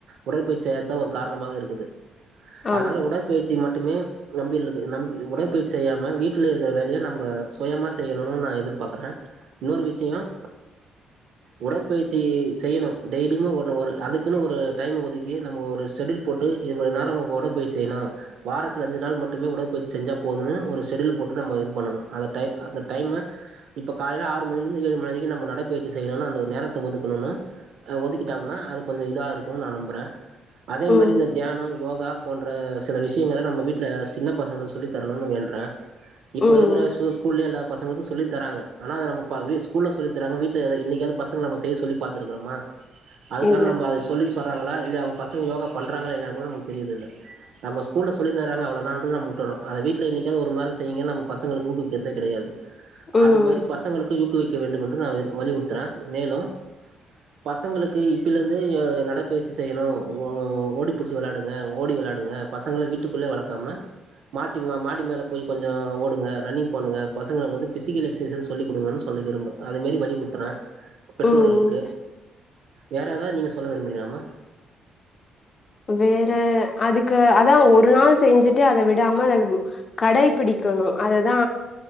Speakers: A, on the right (about 70°); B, on the left (about 40°).
A: உடற்பயிற்சி செய்யாதா ஒரு காரணமாக இருக்குது
B: ஆம்
A: அதனால உட பயிற்சி மட்டுமே நம்ப உடற்பயிற்சி செய்யாம வீட்டில் இருக்கிற வேலையை நம்ம சுயமா செய்ய பண்ணனு நா எதிர்பாக்குறேன் இன்னொரு விஷயம் உடற்பயிற்சி செய்யணும் டெய்லியும்மோ ஒன்னு ஒரு அதுக்குன்னு ஒரு டைம் ஒதுக்கி நம்ம ஒரு ஷெடியுல் போட்டு இவ்ளோ நேரம் நம்ம உடற்பயிற்சி செய்யணும் வாரத்துல அஞ்சு நாள் மட்டுமே உடற்பயிற்சி செஞ்சா போதுனு ஒரு ஷெடூல் போட்டு நம்ம இது பண்ணணும் அந்த டைத் டைம்மு இப்ப காலைல ஆறு மணிலருந்து ஏழு மணி வரைக்கும் நம்ம நடையிற்சி செய்யணும்னு அந்த நேரத்த ஒதுக்கணும்னா ஒதுக்கிட்டோம்னா அது கொஞ்சம் இதா இருக்கும்னு நா நம்புறேன் அதே
B: ம்
A: மாதிரி இந்த தியானம் யோகா போன்ற சில விஷயங்கள நம்ம வீட்டுல சின்ன பசங்களுக்கு சொல்லித்தரணும்னு வேண்டுறேன் இப்ப
B: ம்
A: இருக்குற ஸ்கூல்லயே எல்லாப் பசங்களுக்கு சொல்லி தராங்க ஆனா நம்ப ஸ்கூல்ல சொல்லி தராங்க வீட்ல என்னிக்காவது பசங்கங்கள நம்ம செய்ய சொல்லி பாத்துருக்கோமா அதுக்கான
B: இல்ல
A: நம்ப அத சொல்லி சொல்றாங்களா இல்ல அவுங்க பசங்க யோகா பண்றாங்களா இல்லயா கூட நமக்கு தெரியிறதுல நம்ம ஸ்கூல்ல சொல்லி தராங்க அவ்ளோ தான்றது நம்ப விட்டுறோம் அத வீட்ல என்னிக்காவது ஒரு மண் நேரம் செய்ங்க நம்ம பசங்கள ஊக்குவிக்குறதே கிடையாது
B: ம்
A: அது மாரி பசங்களுக்கு ஊக்குவிக்க வேண்டும் என்று நா வலியுறுத்துற மேலும் பசங்களுக்கு இப்பிலருந்தே நடைப்பயிற்சி செய்யணும் ஓடி பிடிச்சு விளையாடுங்க ஓடி விளையாடுங்க பசங்கள வீட்டுக்குள்ளே வளக்காம மாட்டி மா மாடி மேல போய் கொஞ்சோ ஓடுங்க ரன்னிங் பண்ணுங்க பசங்களுக்கு வந்து பிசிக்கல் எக்சைஸ்ச சொல்லி குடுங்கன்னு சொல்ல விரும்ப அதே மாரி வலியுறுத்துறேன் பெற்றோர்களுக்கு
B: ம்
A: வேற ஏதாவது நீங்க சொல்ல விரும்புறீங்களாமா
B: வேற அதுக்கு அதா ஒரு நாள் செஞ்சுட்டு அத விடாம அத கடைபிடிக்கணும் அதுதா